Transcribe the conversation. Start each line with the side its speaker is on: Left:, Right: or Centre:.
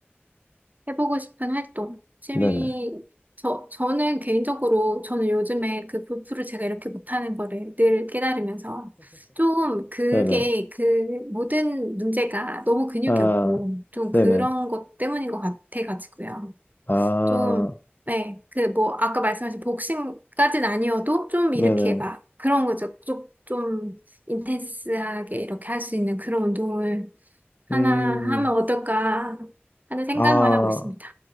Right: 해보고 싶은 활동. 취미,
Left: 네네.
Right: 저, 저는 개인적으로, 저는 요즘에 그 골프를 제가 이렇게 못하는 거를 늘 깨달으면서, 좀 그게
Left: 네네.
Right: 그 모든 문제가 너무 근육이
Left: 아,
Right: 없고, 좀
Left: 네네.
Right: 그런 것 때문인 것 같아가지고요.
Left: 아,
Right: 좀, 네, 그 뭐, 아까 말씀하신 복싱까진 아니어도, 좀
Left: 네네.
Right: 이렇게 막, 그런 거죠. 좀, 좀, 인텐스하게 이렇게 할 수 있는 그런 운동을 하나
Left: 음,
Right: 하면 어떨까 하는 생각만
Left: 아,
Right: 하고 있습니다.